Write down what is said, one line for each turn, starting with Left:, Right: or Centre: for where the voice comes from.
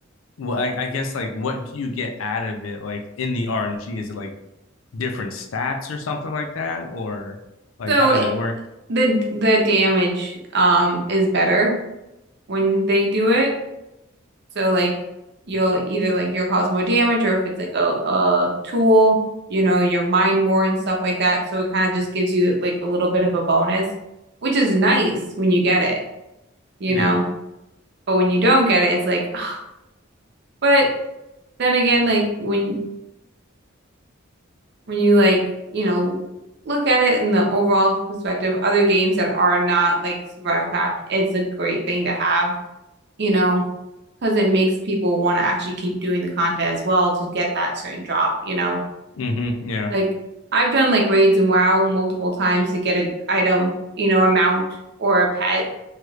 Left: well, I, I guess like what do you get out of it like in the rng is it like different stats or something like that or like
Right: So
Left: how does it work
Right: the the damage um is better when they do it. So like you'll either like you'll cause more damage or if it's like a, a tool, you know, you'll mine more and stuff like that. So it kind of just gives you like a little bit of a bonus, which is nice when you get it, you
Left: yeah
Right: know. But when you don't get it, it's like <sighs> but then again, like when when you like, you know, look at it in the overall perspective, other games that are not like Survival Craft, it's a great thing to have, you know, because it makes people want to actually keep doing the content as well to get that certain drop, you know.
Left: mm-hmm yeah
Right: Like I've done like raids in WoW multiple times to get an item, you know, a mount or a pet